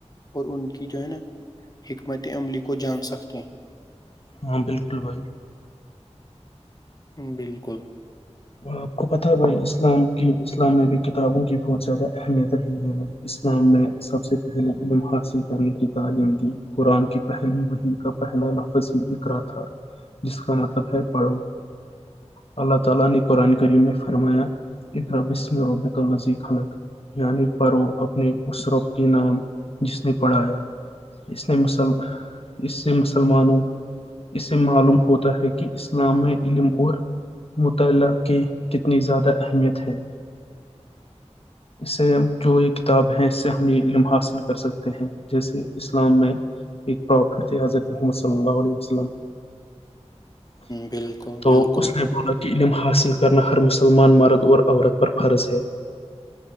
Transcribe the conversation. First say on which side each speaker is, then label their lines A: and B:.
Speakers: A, on the left (about 35°); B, on the left (about 55°).
A: اور ان کی جو ہے نا حکمت عملی کو جان سکتے ہیں
B: ہاں بالکل بھائی
A: بالکل
B: آپ کو پتہ ہے بھائی اسلام کی اسلام میں بھی کتابوں کی بہت زیادہ اہمیت رہی ہے ہمیں اسلام میں سب سے پہلے علم حاصل کرنے کی تعلیم دی قرآن کی پہلیو وہہم کا پہلا نفذی اقرا تھا جس کا مطلب ہے پڑو میں فرمایا اقر بسم رب ال وزیک حلق یعنی پر وہ اپنے اس ربت کے نام جس نے پڑھایا اسن مسل اسئے مسلمانوں اسے معلوم ہوتا ہے کہ اسلام میں علم اور مطالع کی کتنی زیادہ اہمیت ہے اس سے جو یہ کتاب ہے اس سے ہم یہ علم حاصل کر سکتے ہیں جیسے اسلام میں ایکرت محمد ص اللہ عل وسلام
A: بالکل
B: تو
A: بالکل
B: اس نے بولا کہ علم حاصل کرنا ہر مسلمان مرد اور عورت پر فرض ہے